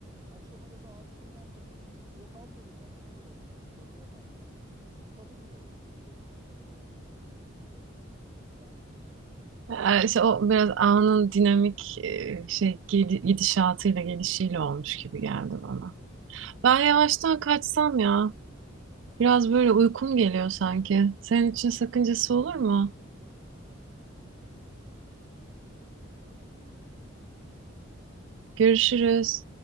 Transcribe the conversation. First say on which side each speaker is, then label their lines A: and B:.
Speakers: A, on the right; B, on the right.
A: Akşam arada abi sen aldın mı dedi. Yok almadım ben duruyor onlar sonraya kaldı. E, bu kadın niye beni boşu boşuna azarlıyor akşam akşam diyor ya. Sanki
B: Ee, İşte o biraz anın dinamik e, şey gidi- gidişatıyla gelişiyle olmuş gibi geldi bana. Ben yavaştan kaçsam ya.
A: <laughs> valla
B: Biraz böyle uykum geliyor sanki. Senin için sakıncası olur mu?
A: Yok ya, yok canım uyu sen. Hadi görüşürüz.
B: Görüşürüz.